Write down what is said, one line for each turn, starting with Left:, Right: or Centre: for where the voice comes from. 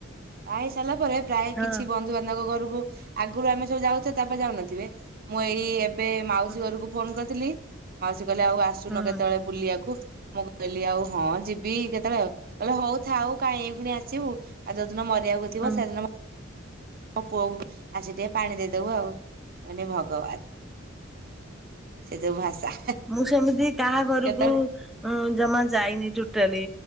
Right: ବାହା ହେଇସାରିଲା ପରେ ପ୍ରାୟ
Centre: ହଁ
Right: କିଛି ବନ୍ଧୁବାନ୍ଧବ ଘରକୁ ଆଗରୁ ଆମେ ସବୁ ଯାଉଥିବ ତାପରେ ଯାଉନଥିବେ, ମୁଁ ଏଇ ଏବେ ମାଉସୀ
Centre: ହଁ
Right: ଘରକୁ ଫୋନ୍ କରିଥିଲି ମାଉସୀ କହିଲେ ଆଉ ଆସୁନ
Centre: ହଁ
Right: କେତେବେଳେ ବୁଲିବାକୁ। ମୁଁ କହିଲି ଆଉ ହଁ ଯିବ ବି କେତେବେଳେ, କହିଲେ ହଉ ଥାଉ କାଇଁ ଏଇକ୍ଷଣି ଆସିବୁ। ଆଉ ଯୋଉଦିନ ମରିବାକୁ ଥିବ
Centre: ହଁ।
Right: ସେଦିନ ମୋ ପୁଅକୁ ଆସି ଟିକେ ପାଣି ଦେଇଦବୁ ଆଉ। ମୁଁ କହିନି ଭଗବାନ। ସେ ଯୋଉ ଭାଷା।
Centre: ମୁଁ ସେମିତି କାହା ଘରକୁ
Right: କେତେବେଳେ
Centre: ଉଁ, ଜମା ଯାଇନି ଟୋଟାଲି।